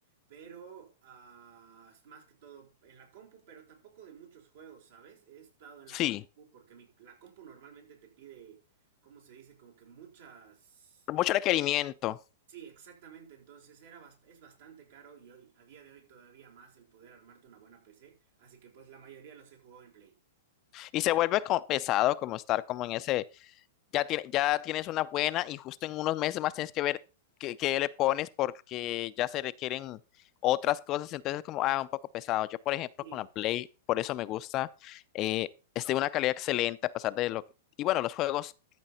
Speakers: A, on the right; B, on the left.
A: Pero ah, más que todo en la compu, pero tampoco de muchos juegos, ¿sabes? He estado en
B: Sí,
A: la compu porque mi, la compu normalmente te pide ¿cómo se dice? Como que muchas...
B: mucho requerimiento.
A: Sí, exactamente. Entonces era bast- es bastante caro y hoy, a día de hoy todavía más el poder armarte una buena PC. Así que pues la mayoría los he jugado en Play.
B: Y se vuelve como pesado, como estar como en ese, ya, tiene- ya tienes una buena y justo en unos meses más tienes que ver qué, qué le pones porque ya se requieren otras cosas, entonces como, ah, un poco pesado. Yo, por ejemplo,
A: Sí,
B: con la Play, por eso me gusta, eh, es de una calidad excelente a pesar de lo que... Y bueno, los juegos,